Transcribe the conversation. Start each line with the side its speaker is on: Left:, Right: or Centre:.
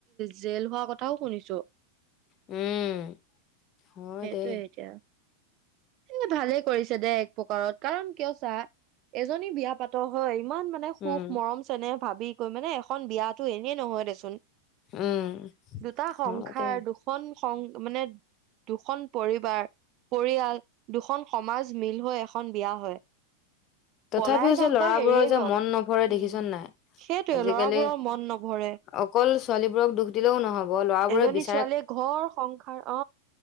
Right: জেল হোৱা কথাও শুনিছো।
Left: উম, হয়
Right: সেইটোয়ে
Left: দে
Right: এতিয়া এ ভালে কৰিছে দে এক প্ৰকাৰত কাৰণ কিয় চা এজনী বিয়া পাত হয়, ইমান মানে সুখ
Left: উম
Right: মৰম চেনেহ ভাবি কৈ মানে এখন বিয়াটো এনেই নহয় দেচোন।
Left: উম
Right: দুটা
Left: হয়
Right: সংসাৰ
Left: দে
Right: দুখ। দুখন সং মানে দুখন পৰিবাৰ পৰিয়াল দুখন সমাজ মিল হৈ এখন বিয়া হয়।
Left: তথাপিও
Right: পলাই যাওক
Left: যে লৰাবোৰৰ
Right: বা হেৰিয়ে
Left: যে
Right: হওক
Left: মন নভৰে
Right: উম
Left: দেখিছা নে নাই?
Right: সেইটোৱে
Left: আজিকালি
Right: লৰাবোৰৰ মন নভৰে
Left: অকল ছোৱালীবোৰক দুখ দিলেও নহব ল'ৰাবোৰে
Right: এজনী
Left: বিচ
Right: ছোৱালীয়ে ঘৰ সংসাৰ অ